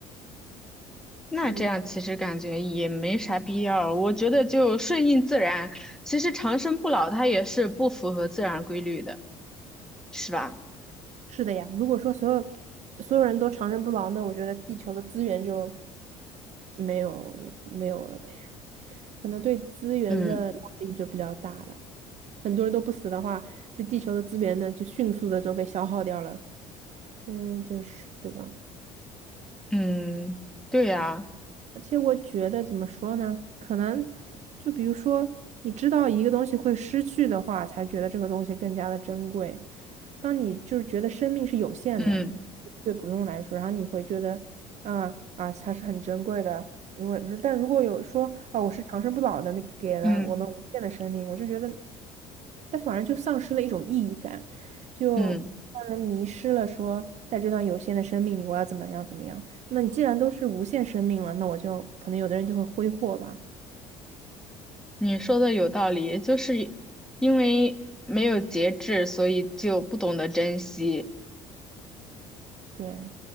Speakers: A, in the centre; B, on the right.
A: 那这样其实感觉也没啥必要。
B: 嗯，
A: 我觉得就顺应自然。其实长生不老它也是不符合自然规律的，是吧？
B: 是的呀。如果说所有所有人都长生不老，那我觉得地球的资源就没有，也没有了呗，可能对资源的压力就比较大了。
A: 嗯
B: 很多人都不死的话，这地球的资源呢就迅速的都被消耗掉了。嗯，就是对吧？
A: 嗯，对呀，
B: 而且我觉得怎么说呢？可能就比如说，你知道一个东西会失去的话，才觉得这个东西更加的珍贵。当你就是觉得生命是有限的，
A: 嗯
B: 对普通人来说，然后你会觉得，啊啊，它是很珍贵的。因为，但如果有说，哦，我是长生不老的，那给了我们无限的生命，
A: 嗯
B: 我就觉得，但反而就丧失了一种意义感，就让人迷失了说，
A: 嗯。
B: 在这段有限的生命里，我要怎么样怎么样。那你既然都是无限生命了，那我就可能有的人就会挥霍吧。
A: 你说的有道理，就是因为没有节制，所以就不懂得珍惜。
B: 对，